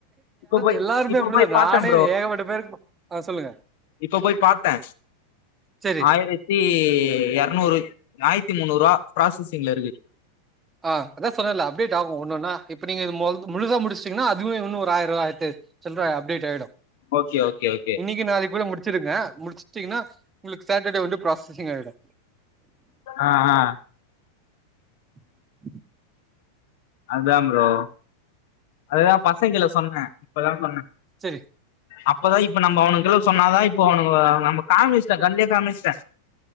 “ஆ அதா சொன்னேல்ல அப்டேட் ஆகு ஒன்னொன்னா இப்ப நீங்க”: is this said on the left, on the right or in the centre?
Right